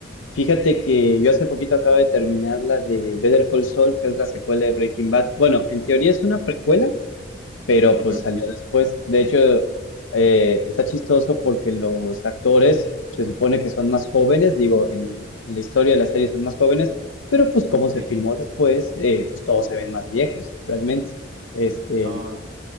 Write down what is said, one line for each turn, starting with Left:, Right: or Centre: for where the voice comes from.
Left: Fíjate que yo hace poquito acabo de terminar la de Better Call Saul, que es la secuela de Breaking Bad. Bueno, en teoría es una precuela, pero
Right: Ujú,
Left: pues salió después. De hecho, eh, está chistoso porque los actores se supone que son más jóvenes, digo, en, en la historia de la serie son más jóvenes, pero pues como se
Right: Sí.
Left: filmó después, eh, pues todos se ven más viejos, realmente. Este,
Right: Ah, ok.